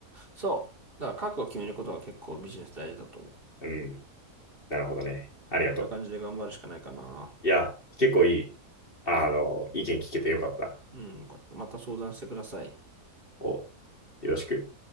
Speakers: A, on the right (about 35°); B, on the left (about 35°).
A: そう。だから覚悟を決めることが結構ビジネス大事だと思う。
B: うん。なるほどね。ありがと
A: そんな感じで頑張るしかないかな。
B: う。いや、結構いい、あの、意見聞けてよかった。
A: うん。また相談してください。
B: お、よろしく。